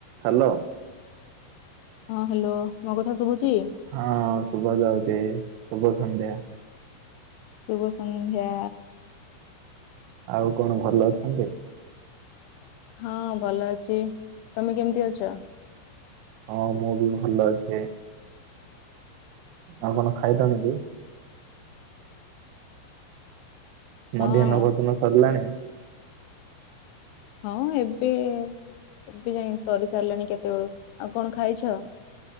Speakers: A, on the right; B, on the left.
A: Hello.
B: ହଁ hello ମୋ କଥା ଶୁଭୁଛି?
A: ହଁ ଶୁଭା ଯାଉଛି ଶୁଭ ସନ୍ଧ୍ୟା।
B: ଶୁଭ ସନ୍ଧ୍ୟା।
A: ଆଉ କଣ ଭଲ ଅଛନ୍ତି?
B: ହଁ ଭଲ ଅଛି ତମେ କେମିତି ଅଛ?
A: ହଁ ମୁଁ ବି ଭଲ ଅଛି। ଆଉ କଣ ଖାଇଲଣି କି?
B: ହଁ
A: ମଧ୍ୟାହ୍ନ ଭୋଜନ ସରିଲାଣି।
B: ହଁ ଏବେ ଏବେ ଯାଇ ସରି ସାରିଲାଣି କେତେବେଳୁ ଆଉ କଣ ଖାଇଛ?